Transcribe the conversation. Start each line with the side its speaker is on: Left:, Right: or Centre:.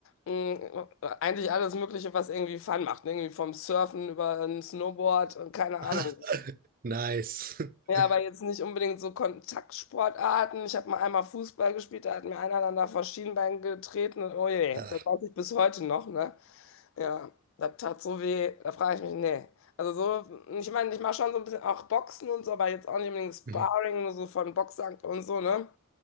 Left: mh, eigentlich alles Mögliche, was irgendwie Fun macht. ne? Irgendwie vom Surfen über ein Snowboard, äh, keine
Right: <laughs>
Left: Ahnung.
Right: Nice. <laughs>
Left: Ja, aber jetzt nicht unbedingt so Kontaktsportarten. Ich habe mal einmal Fußball gespielt, da hat mir einer dann da vor Schienbein getreten und oh je,
Right: Ah.
Left: das weiß ich bis heute noch, ne? Ja, das tat so weh, da frage ich mich, nee. Also so, ich meine, ich mache schon so ein bisschen auch Boxen und so, aber jetzt auch nicht unbedingt Sparring,
Right: Mhm.
Left: nur so von Boxsack und so, ne?